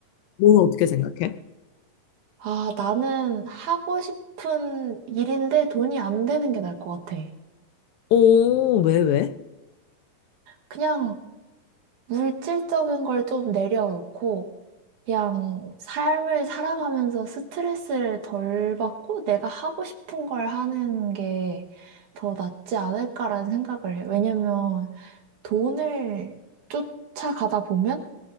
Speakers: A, on the left (about 80°); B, on the right (about 65°).
A: 너 어떻게 생각해?
B: 아, 나는 하고 싶은 일인데 돈이 안 되는 게 나을 것 같아.
A: 어, 왜, 왜?
B: 그냥 물질적인 걸 좀 내려놓고, 그냥 삶을 살아가면서 스트레스를 덜 받고 내가 하고 싶은 걸 하는 게 더 낫지 않을까라는 생각을 해. 왜냐면 돈을 쫓아가다 보면